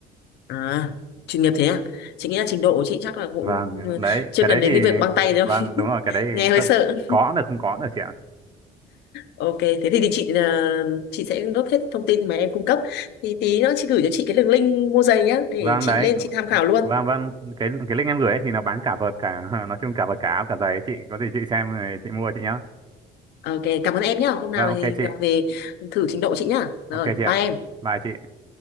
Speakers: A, on the left; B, on the right.
A: à chuyên nghiệp thế à chị nghĩ là trình độ của chị chắc là cũng
B: vâng
A: ừ,
B: đấy
A: chưa
B: cái đấy
A: cần đến
B: thì
A: cái việc băng tay đâu
B: vâng đúng
A: <laughs>
B: rồi cái đấy
A: nghe hơi
B: có,
A: sợ
B: có cũng được không có cũng được chị ạ
A: ok thế thì, thì chị là chị sẽ nốt hết thông tin mà em cung cấp thì tí nữa chị gửi cho chị cái đường link mua giày nhá để
B: vâng
A: chị
B: đấy
A: lên chị tham khảo luôn
B: vâng vâng cái cái link em gửi ấy thì nó bán cả vợt cả <laughs> nói chung cả vợt cả áo cả giày ấy chị có gì chị xem rồi chị mua chị nhá
A: ok cảm ơn em nhá hôm nào
B: vâng ok
A: thì
B: chị
A: gặp về thử trình độ chị nhá
B: ok
A: rồi
B: chị ạ
A: bye em
B: bye chị